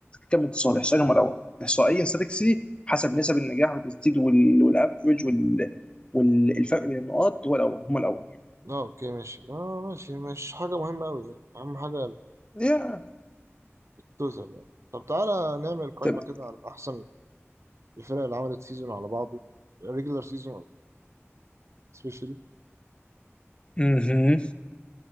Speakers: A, on the left; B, on the right.
A: كم اتصال إحصائيا هم الأول إحصائيا ستاتيك سيتي حسب نسب النجاح والتسديد وال- والأفرج وال- والفرق بين النقاط هو الأول هم الأول
B: اه اوكي ماشي اه ماشي مش حاجة مهمة أوي يعني أهم حاجة
A: يا
B: توصل يعني طب تعالى نعمل قائمة
A: تمام
B: كده على أحسن الفرق اللي عملت سيزون على بعضه ريجولار سيزون سبيشالي
A: مهم.